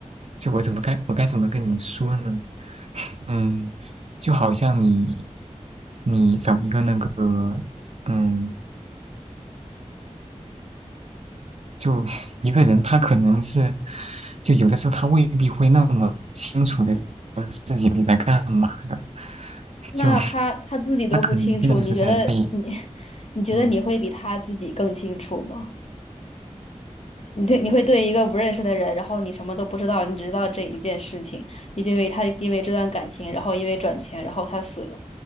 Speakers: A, on the right; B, on the left.
A: 就我怎么该我该怎么跟你说呢？嗯，就好像你你找一个那个嗯，就 <laughs> 一个人，他可能是就有的时候他未必会那么清楚的自己你在干嘛的，
B: 那他他自己都不清楚，
A: 就 <laughs> 那可能真的就是在被。
B: 你觉得你 <laughs>，你觉得你会比他自己更清楚吗？
A: 嗯
B: 你对你会对一个不认识的人，然后你什么都不知道，你只知道这一件事情，你就因为他因为这段感情，然后因为转钱，然后他死了。